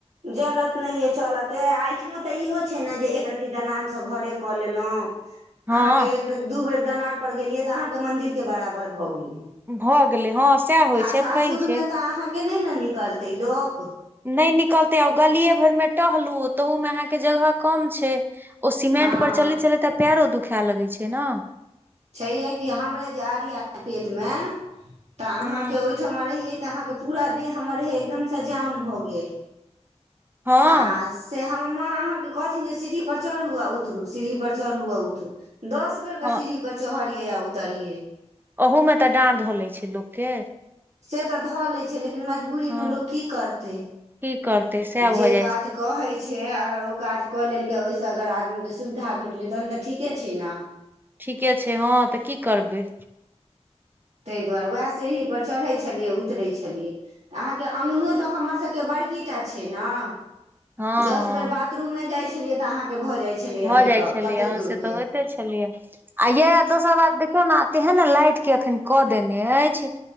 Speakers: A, on the right; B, on the right.
A: जलत नहि अइ चलयके आ एहिठमा तऽ इहो छै ने जे एक रत्ती दलान स घरे कऽ लेलहुँ
B: हँ
A: अहाँके एक बेर दू बेर दलान पर गेलियै तऽ अहाँके मंदिर के बराबर भऽ गेलै
B: भऽ गेलै हँ सएह होइ
A: आ
B: छै
A: सासुरमे
B: फैल छै
A: तऽ अहाँके नइ न निकलतै लोक
B: नहि निकलते आउ गलियए भरमे टहलू तहू मे अहा के जगह कम छै ओ सीमेंट
A: हँ
B: पर चलैत चलैत त पैरो दुख खै लगै छै न
A: छै हे कि हमरे जे अरिया पेट मे तऽ अहाँके
B: हूँ
A: ओहिठमा रहिये त अहाँके पूरा देह हमर रहे एकदम स जाम भ गेल
B: हँ
A: आ से हम माँ अहाँके कहथिन जे सीढ़ी पर चढू आ उतरू सीढ़ी पर चढू आ उतरू दस बेर क
B: हँ
A: सीढ़ी पर चहरियै आ उतरियै
B: ओहूमे तऽ डाँर ध लइ छै लोकके
A: से तऽ धऽ लै छै लेकिन मजबूरी
B: हँ
A: मे लोक की करतै
B: की करतै सएह
A: जे
B: भऽ जाइ
A: काज
B: छै
A: कहे छै आ अगर ओ काज कऽ लेलकै ओहिसँ अगर आदमीके सुविधा भेटलै तहन तऽ ठीके छै न
B: ठीके छै हँ तऽ की करबै
A: तै द्वारे वेह सीढ़ीपर चरहै छलियै उतरै छलियै तऽ अहाँके अंगनो तऽ हमरसभके बड़की टा छै न
B: हँ
A: दस
B: हँ
A: बेर बाथरूम मे जाइत छलियै तऽ अहाँके भऽ जाइ छलैए
B: भऽ
A: मेकअप
B: जाइ छलैया
A: कते
B: हं
A: दूरके
B: से तऽ होइते छलैया आ यै दोसर बात देखियौ न तेहन लाइट के अखन कऽ देने अछि